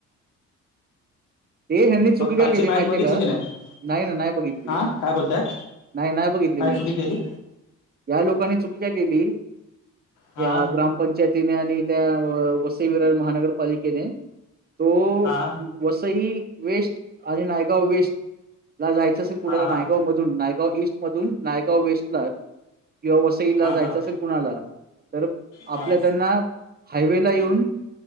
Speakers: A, on the right (about 30°); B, on the left (about 80°).
A: ते ह्यांनी चुकी
B: मग कालची
A: काय केली
B: मॅच
A: माहितीय
B: बघितली
A: का
B: की नाही
A: नाही ना नाही बघितली.
B: हा काय बोलताय
A: नाही नाही बघितली
B: काय
A: मॅच.
B: चुकी केली
A: या लोकांनी चुकीचा केली
B: हा
A: या ग्राम पंचायतीने आणि त्या व वसई विरार महानगरपालिकेने तो
B: हा
A: वसई वेस्ट आणि नायगाव वेस्ट ला जायचं असेल कुणाला
B: हा हा
A: नायगाव म धून नायगाव ईस्ट मधून नायगाव वेस्ट ला किंवा वस तईला
B: हा
A: जायच
B: हा
A: असेल कुणाला तर
B: हा
A: आपल्या त्यांना हायवे ला येऊन